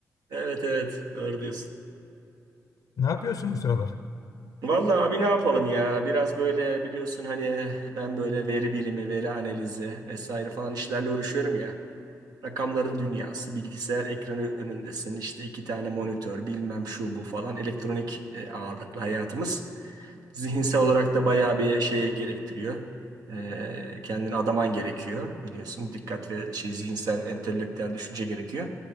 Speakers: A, on the right; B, on the left.
A: Evet, evet, doğru diyorsun.
B: Ne yapıyorsun bu sıralar?
A: Vallahi abi ne yapalım ya? Biraz böyle biliyorsun hani eh, ben böyle veri bilimi, veri analizi vesaire falan işlerle uğraşıyorum ya. Rakamların dünyası, bilgisayar ekranı önündesin, işte iki tane monitör, bilmem şu bu falan elektronik e, ağırlıklı hayatımız. Zihinsel olarak da bayağı bir şey gerektiriyor. Ee, kendini adaman gerekiyor biliyorsun. Dikkat ve şey zihinsel, entelektüel düşünce gerekiyor.